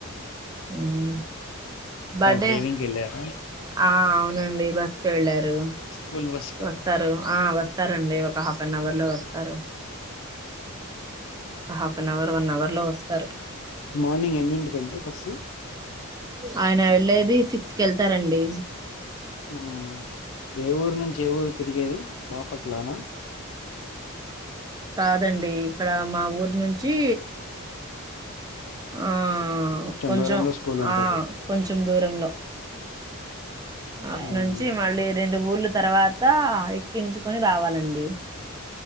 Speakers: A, on the right; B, on the left.
A: ఉమ్ బర్డే
B: డ్రైవింగ్‌కెళ్లారా?
A: ఆ అవునండి బస్కే వెళ్ళారు.
B: స్కూల్ బస్‌కా?
A: వస్తారు ఆ వస్తారండి, ఒక హాఫ్ అన్ అవర్ లో వస్తారు. Half an hour, one hour లో వస్తారు.
B: మార్నింగ్ ఎన్నింటికండి బస్సు?
A: ఆయన వెళ్ళేది సిక్స్ కెళ్తారండి.
B: ఉమ్ ఏ ఊరు నుంచి ఏ ఊరు తిరిగేది బాపట్లానా?
A: కాదండి ఇక్కడ మా ఊరు నుంచి ఆ కొంచెం
B: దూరంలో స్కూలుంటది.
A: ఆ కొంచెం దూరంలో. అట్నుంచి
B: ఆహా!
A: మళ్ళీ రెండు ఊళ్ళు తర్వాత ఎక్కించుకొని రావాలండి.